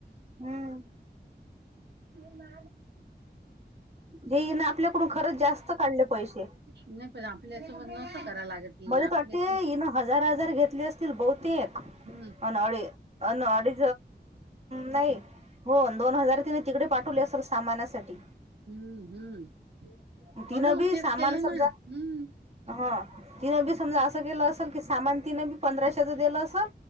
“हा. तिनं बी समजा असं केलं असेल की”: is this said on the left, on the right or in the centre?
Right